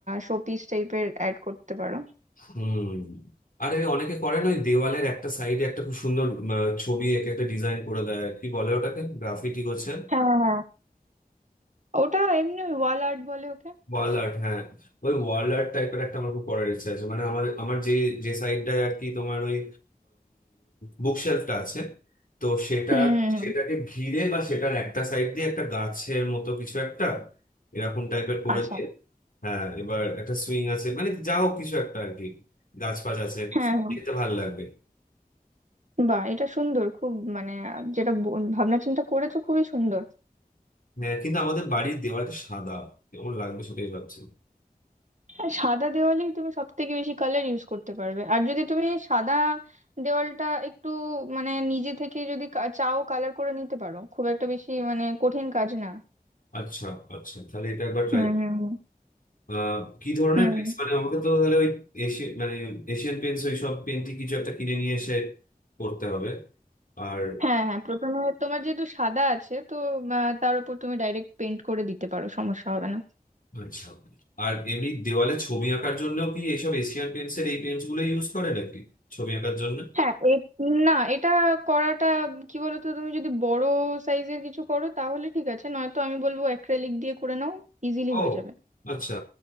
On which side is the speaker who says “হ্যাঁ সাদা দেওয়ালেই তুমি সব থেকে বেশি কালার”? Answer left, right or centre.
Right